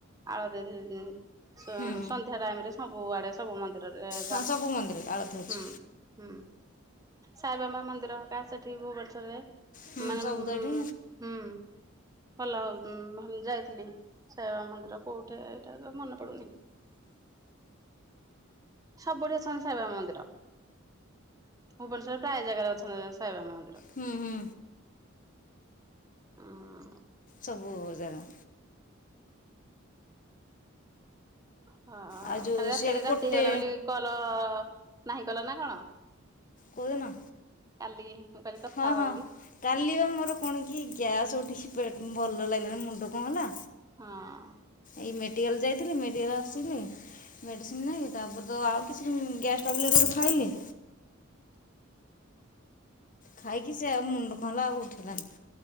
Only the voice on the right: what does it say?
ଆଳତି ଦେଇ ଦେଇ ସେ
ମାନେ ସନ୍ଧ୍ୟା ଟାଇମ ରେ ସବୁ ଆଡେ ସବୁ ମନ୍ଦିରରେ ଯାଉଚନ୍ତି
ହୁଁ। ହୁଁ ସାଇବାବା ମନ୍ଦିର ହେକା ସେଠି ଭୁବନେଶ୍ଵର ରେ
ମାନେ
ମୁଁ
ହୁଁ। ଭଲ ଆଉ ଭଲ ଯାଇଥିଲି ସାଇ ବାବା ମନ୍ଦିର କୋଉଠେ ହେଇଟା ତ ମନେ ପଡୁନି। ସବୁଠେ ଅଛନ୍ତି ସାଇ ବାବା ମନ୍ଦିର। ଭୁବନେଶ୍ୱର ପ୍ରାୟେ ଜାଗାରେ ଅଛନ୍ତି ସାଇ ବାବା ମନ୍ଦିର।
ଉଁ।
ହଁ
କାଲି ରାତି
ରାତି
ହେଇଗଲା ବୋଲି କଲ୍ ନାହିଁ କଲ ନା କଣ?
କାଲି। ମୁଁ କହିଲି କଥା
ହବା
ବୋଲି
ହଁ।